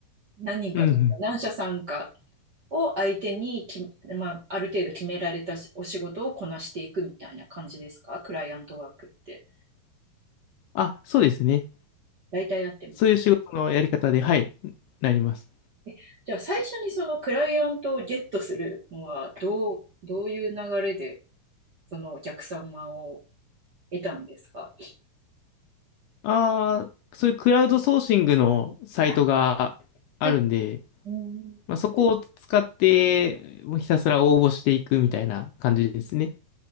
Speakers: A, on the right; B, on the left.
A: 何人かというか、
B: うんうん。
A: 何社さんかを相手にき、まあある程度決められたお仕事をこなしていくみたいな感じですかクライアントワークって。
B: あ、そうですね。
A: 大体やってます。
B: そういう仕事のやり方で、はい、なります。
A: えじゃあ最初にそのクライアントをゲットするのはどう、どういう流れでそのお客様を得たんですか
B: ああ、そういうクラウドソーシングのサイトがあるんで、
A: あはい。うん
B: まあ、そこを使って、もうひたすら応募していくみたいな感じですね。